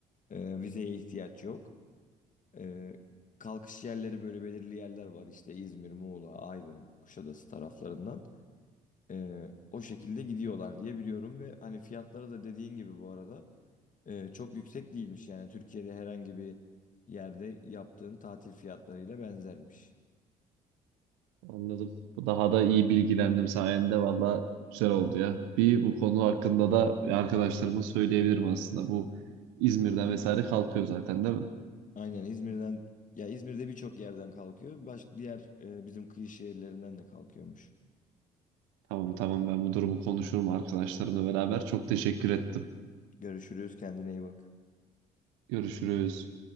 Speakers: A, on the left; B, on the right.
A: Ee, vizeye ihtiyaç yok. Ee, kalkış yerleri böyle belirli yerler var işte İzmir, Muğla, Aydın, Kuşadası taraflarından. Ee, o şekilde gidiyorlar diye biliyorum ve hani fiyatları da dediğin gibi bu arada e, çok yüksek değilmiş. Yani Türkiye'de herhangi bir yerde yaptığın tatil fiyatlarıyla benzermiş.
B: Anladım. Daha da iyi bilgilendim sayende. Valla güzel oldu ya. Bir bu konu hakkında da arkadaşlarıma söyleyebilirim aslında. Bu İzmir'den vesaire kalkıyor zaten değil mi?
A: Aynen İzmir'den ya İzmir'de birçok yerden kalkıyor. Baş, diğer e, bizim kıyı şehirlerinden de kalkıyormuş.
B: Tamam tamam ben bu durumu konuşurum arkadaşlarımla beraber. Çok teşekkür ettim.
A: Görüşürüz kendine iyi bak.
B: Görüşürüz.